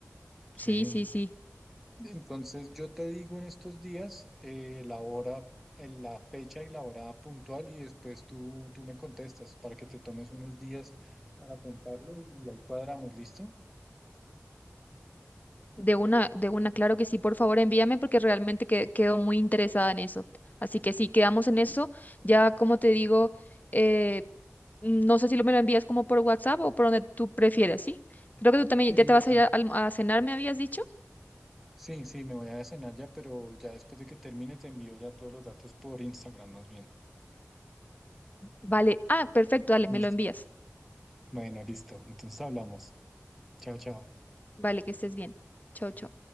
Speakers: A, in the centre; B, on the left.
A: Sí.
B: Sí, sí, sí.
A: entonces yo te digo en estos días eh, la hora, en la fecha y la hora puntual y después tú, tú me contestas para que te tomes unos días para pensarlo y ahí cuadramos, ¿listo?
B: De una, de una, claro que sí, por favor, envíame porque realmente que- quedo muy interesada en eso. Así que sí, quedamos en eso. Ya como te digo, eh, no sé si lo me lo envías como por WhatsApp o por donde tú prefieras, ¿sí? Creo que tú también
A: Sí,
B: ya te
A: yo
B: vas
A: te...
B: a ir a, alm- a cenar, me habías dicho.
A: Sí, sí, me voy a cenar ya, pero ya después de que termine te envío ya todos los datos por Instagram más bien.
B: Vale, ah, perfecto, dale,
A: Listo.
B: me lo envías.
A: Bueno, listo. Entonces hablamos. Chao, chao.
B: Vale, que estés bien. Chau, chau.